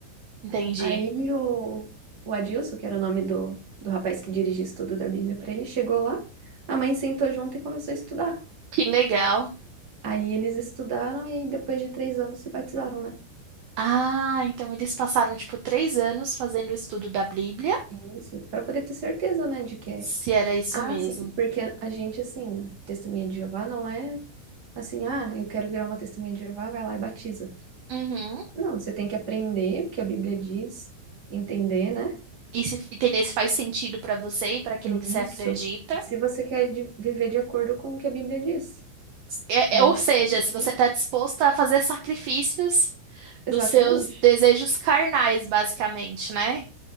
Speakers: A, on the right; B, on the right.
A: entendi.
B: Aí o, o Adilson, que era o nome do, do rapaz que dirigia o estudo da Bíblia para ele, chegou lá, a mãe sentou junto e começou a estudar.
A: Que legal.
B: Aí eles estudaram e depois de três anos se batizaram, né?
A: Ah, então eles passaram tipo três anos fazendo o estudo da Bíblia,
B: Isso, para poder ter certeza, né, de que é.
A: se era isso
B: Ah,
A: mesmo.
B: sim, porque a gente, assim, a testemunha de Jeová não é assim, ah, eu quero virar uma testemunha de Jeová, vai lá e batiza.
A: Uhum.
B: Não, você tem que aprender o que a Bíblia diz, entender, né?
A: E se entender se faz sentido pra você e pra aquilo
B: E
A: que você acredita.
B: Isso. E se você quer de- viver de acordo com o que a Bíblia diz,
A: É-
B: aí
A: é- ou seja,
B: sim, sim,
A: se você está disposta a fazer sacrifícios dos
B: Exatamente.
A: seus desejos carnais, basicamente, né?